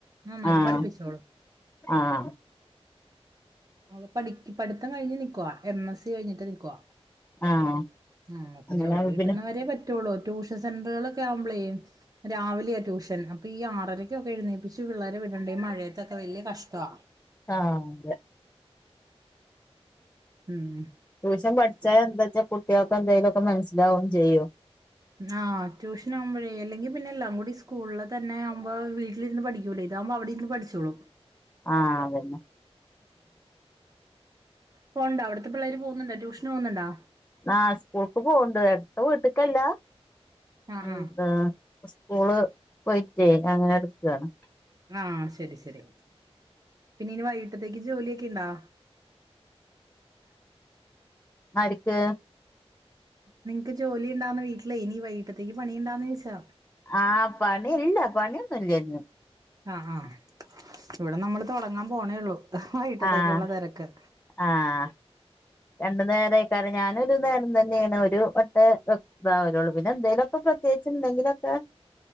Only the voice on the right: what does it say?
നന്നായിട്ട്
പഠിപ്പിച്ചോളും.
മോള് പടി പഠിത്തം കഴിഞ് നിക്കുവാ, എം. എസി കഴിഞ്ഞട്ട് നിൽകുവ.
ആഹ് പ്പൊ
ജോലി കിട്ടുന്നവരേ
പറ്റുള്ളൂ, ട്യൂഷൻ സെഡ്രോളൊക്കെ ആവുമ്പളേയ് രാവിലെയാ ട്യൂഷൻ, അപ്പൊ ഈ ആറരക്കൊക്കെ എഴുന്നേപ്പിച്ച് പിള്ളേരെ വിടേണ്ടേ, ഈ മഴയത്തൊക്കെ വല്ല്യ കഷ്ട്ടാ.
മ്മ്ഹ്.
ആഹ് ട്യൂഷൻ ആകുമ്പഴേ അല്ലെങ്കി പിന്നെ എല്ലാം കൂടി സ്കൂളിൽ തന്നെ ആകുമ്പോ വീട്ടിലിരുന്ന് പഠിക്കൂലേ. ഇതാവുമ്പോ അവിടെര്ന്ന് പഠിച്ചോളും.
പോവ്ണ്ടോ അവിടുത്തെ പിള്ളേര് പോകുന്നുണ്ടോ ട്യൂഷന് പോകുന്നുണ്ടോ?
ആഹ്
ആഹ്
ആഹ് ശരി ശരി. പിന്നെ ഇനി വൈകിട്ടത്തേക്ക് ജോലിയൊക്കെ യിണ്ടോ?
നിങ്ങക്ക് ജോലി ഉണ്ടാവുന്ന വീട്ടിലേ ഇനി വൈകിട്ടത്തേക്ക് പണിയുണ്ടാന്ന് ചോദിച്ചതാ.
ആഹ് ആഹ്. ഇവടെ നമ്മൾ തുടങ്ങാൻ പോണേ ഒള്ളൂ വൈകിട്ടത്തേക്കുള്ള
തെരക്ക്.